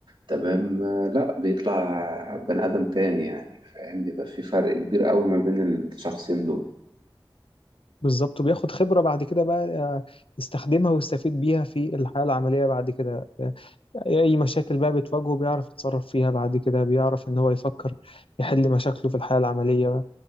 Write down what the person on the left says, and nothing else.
بالظبط وبياخد خبرة بعد كده بقى آه، يستخدمها ويستفيد بيها في الحياة العملية بعد كده آه، أي مشاكل بقى بتواجهه بيعرف يتصرف فيها بعد كده بيعرف إن هو يفكر يحل مشاكله في الحياة العملية بقى.